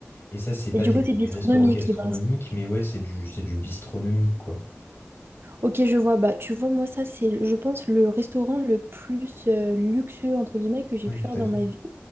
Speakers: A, on the left; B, on the right.
A: et ça, c'est pas
B: du
A: des,
B: coup, c'est bistronomique,
A: des restaurants gastronomiques,
B: les bars.
A: mais ouais, c'est du, c'est du bistronomique, quoi.
B: Ok, je vois. Bah, tu vois, moi, ça, c'est, je pense, le restaurant le plus euh, luxueux, entre guillemets, que j'ai
A: Oui,
B: pu faire
A: tout à
B: dans
A: fait.
B: ma vie.